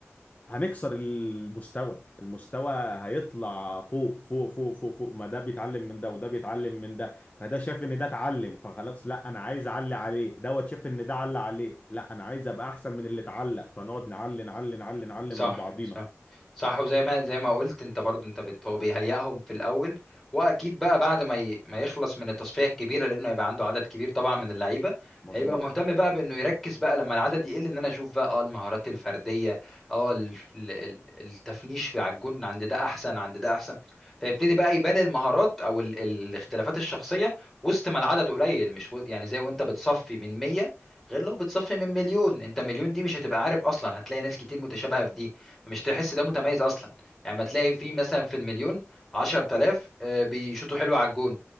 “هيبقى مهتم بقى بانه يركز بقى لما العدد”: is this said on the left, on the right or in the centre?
Centre